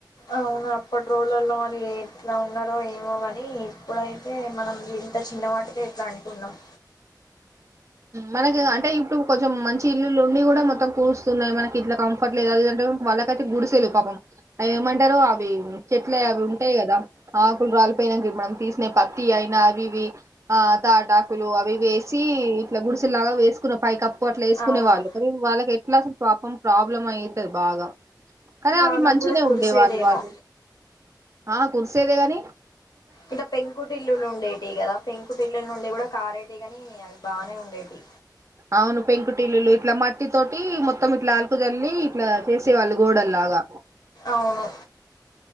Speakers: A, on the left (about 60°); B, on the right (about 40°).
A: అవును అప్పటి రోలర్లో మరి ఎట్లా ఉన్నారో ఏమో కాని ఇప్పుడైతే మనం ఇంత చిన్న వాటిక ఇట్లా అంటున్నాము
B: మనకి అంటే ఇప్పుడు కొంచెం మంచి ఇల్లులు ఉండి కూడా మొత్తం కూర్స్తున్నాయి మనకి ఇట్లా కంఫర్ట్ లేదు అదింటే వాళ్ళకట్టి గుడిసెలు పాపం అవి ఏమంటారు అవి చెట్లే అవి ఉంటాయి కదా ఆకులు రాలిపోయినానికి మనం తీసినే పత్తి అయినా అవి ఇవి ఆ తాటాకులు అవివి వే వచ్చి ఇట్లా గుడిసెలాగా వేసుకున్న పై కప్పు అట్లా వేసుకునే
A: అవును
B: వాళ్ళు కానీ వాళ్ళకి ఎట్లా అస పం ప్రాబ్లం అయితది బాగా కానీ
A: వాళ్ళకు
B: అవి మంచిిన
A: కూడా కురిసేదేమో
B: ఉండేవాళ్ళు వాళ్ళు ఆ కురిసేదే కాని
A: ఇంకా పెంకుటిల్లులు ఉండేటి కదా పెంకుటిల్లు నుండి కూడా కారేటిగాని అవి బానే ఉండేది
B: అవును పెంకుటిల్లులు ఇట్లా మట్టి తోటి మొత్తం ఇట్లా ఆలుకుజల్లి ఇట్లా చేసేవాళ్ళు గోడల్లాగా
A: అవును